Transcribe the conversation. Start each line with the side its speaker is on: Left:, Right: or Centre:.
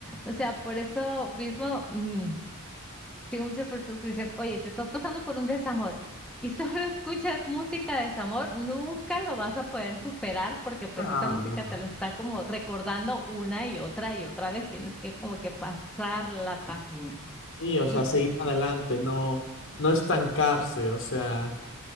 Centre: O sea, por eso mismo, mm, que muchas personas dicen, oye, si estás pasando por un desamor y solo <laughs> escuchas música de desamor, nunca lo vas a poder superar porque pues
Left: Ah,
Centre: esa música
Left: no,
Centre: te
Left: no.
Centre: lo está como recordando una y otra y otra vez. Tienes que como que pasar la página.
Left: Sí, o
Centre: Y
Left: sea, seguir adelante, no, no estancarse, o sea,